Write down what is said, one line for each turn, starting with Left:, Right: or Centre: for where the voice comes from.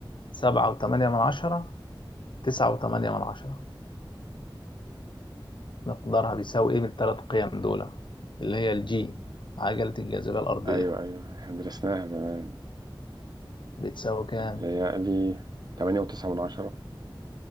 Left: سبعة وتمانية من عشرة تسعة وتمانية من عشرة مقدارها بيساوي ايه من التلات قيم دول اللي هي الجي عجلة الجاذبية الأرضية
Right: ايوه ايوه احنا درسناها زمان
Left: بتساوي كام؟
Right: تهيألي تمانية وتسعة من عشرة